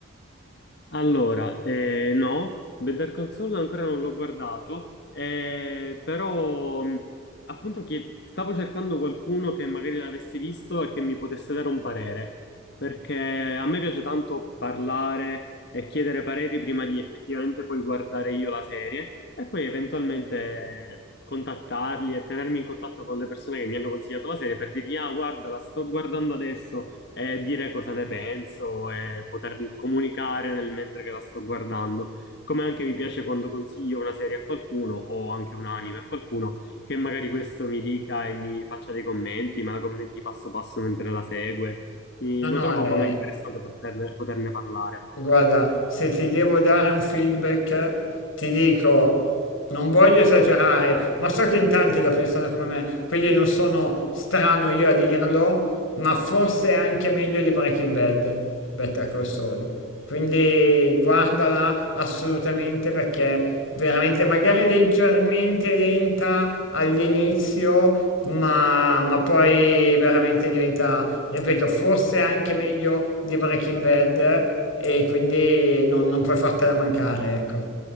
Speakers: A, on the left; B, on the left.
A: Allora, eh, no, Better Call Saul ancora non l'ho guardato, eh, però mh, appunto chied- stavo cercando qualcuno che magari l'avesse visto e che mi potesse dare un parere, perché a me piace tanto parlare e chiedere pareri prima di effettivamente poi guardare io la serie e poi eventualmente contattarli e tenermi in contatto con le persone che mi hanno consigliato la serie per dirgli, ah, guarda, la sto guardando adesso e dire cosa ne penso e poter comunicare nel mentre che la sto guardando. Come anche mi piace quando consiglio una serie a qualcuno o anche un anime a qualcuno che magari questo mi dica e mi faccia dei commenti, ma la commenti passo passo mentre la segue. Mi-
B: No,
A: lo
B: no,
A: trovo
B: è,
A: come interessante poterne, poterne parlare.
B: Guarda, se ti devo dare un feedback, ti dico, non voglio esagerare, ma so che in tanti la pensano come me, quindi non sono strano io a dirlo, ma forse è anche meglio di Breaking Bad, Better Call Saul. Quindi guardala assolutamente perché veramente magari leggermente lenta all'inizio, ma, ma poi veramente diventa, ripeto, forse anche meglio di Breaking Bad e quindi non, non puoi fartela mancare, ecco.